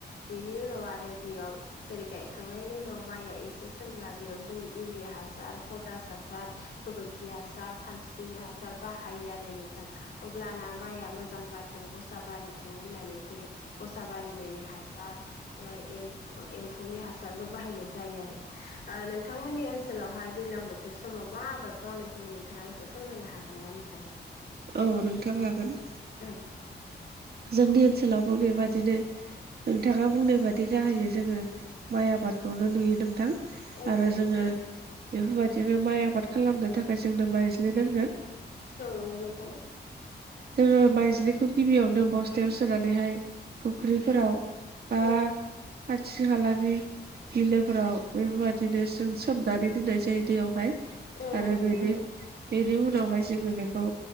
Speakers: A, on the left (about 65°); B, on the right (about 60°).
A: बेनि उनाव आरो बेयाव जेरै गायखांनायनि उनाव माइआ एसे सोमब्ला बेयाव जोङो इउरिया हासार पटास हासार गोबोरखि हासार खानस्रिनि हासार बाहायो आरो नोंथां। अब्लाना माइआ मोजां जाथों गसा बारिथों होननानै जेरै गसा बारिनायनि हासार ओ एम एम्फौनि हासारबो बाहायनाय जायो आरो नोंथांमोननि ओनसोलावहाय दैज्लां बो थोर समाव मा आबाद मावनाय जायो नोंथाङा एसे फोरमायनो हागोन ना नोंथां?
B: औ नोंथां हागोन।
A: औ
B: जोंनि ओनसोलावबो बेबादिनो नोंथाङा बुंनाय बा दि जाहैयो जोङो माइ आबादखौनो नुयो नोंथां
A: औ
B: आरो
A: नंगौ
B: जोङो
A: नोंथां
B: बेफोरबायादिनो माइ आबाद खालामनो थाखाय जोंनो माइज्लिनांगोन।
A: औ नंगौ नोंथां
B: जोङो माइज्लिखौ गिबियावनो बस्थायाव सोनानैहाय फुख्रिफोराव बा
A: औ
B: खाथि खालानि बिलोफोराव बेबादिनो जों सोमनानै दोननाय जायो दैयावहाय
A: औ नंगौ
B: आरो
A: नोंथां
B: बेनि बेनि उनावहाय जोङो बेखौ